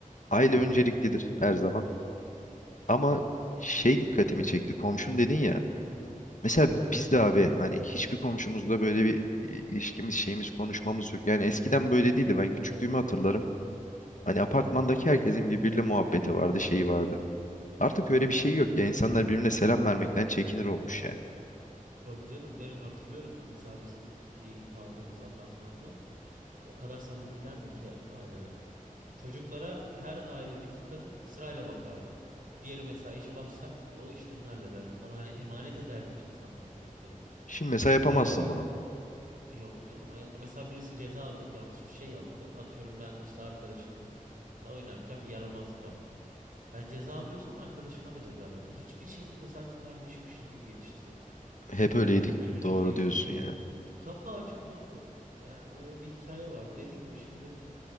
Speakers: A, on the left (about 65°); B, on the right (about 80°).
A: aile önceliklidir her zaman. Ama şey dikkatimi çekti. Komşun dedin ya. Mesela biz
B: Evet.
A: de abi hani hiçbir komşumuzla böyle bir i- ilişkimiz, şeyimiz, konuşmamız yok. Yani eskiden böyle değildi. Ben küçüklüğümü hatırlarım. Hani apartmandaki herkesin birbiriyle muhabbeti vardı, şeyi vardı. Artık öyle bir şey yok ya. İnsanlar birbirine selam vermekten çekinir olmuş yani.
B: Tabii canım benim hatırlıyorum mesela bizim bir kaldığımız apartmanda o kadar samimilerdi ki aileler. Çocuklara her ailedeki kadın sırayla bakardı. Diğeri mesela işi varsa e, o işlerini hallederdi falan. Hani emanet ederdi insanlar çocuklarını.
A: Şimdi mesela yapamazsın
B: Ee,
A: bunu.
B: yok canım hayatta. Mesela birisi ceza alacak yanlış bir şey yaptı. Atıyorum ben işte arkadaşımla oynarken bir yaramazlık yaptım. Ben ceza alıyorsam arkadaşıma da ceza veririm. Hiçbir şekilde sanki kardeşmişiz gibi yetiştirildik.
A: Hep
B: Herkes
A: öyleydik.
B: birbirinin
A: Doğru
B: evindeydi.
A: diyorsun ya.
B: Kapı açık da otururdu. Yani öyle bir hikaye var. Dediğin gibi şimdi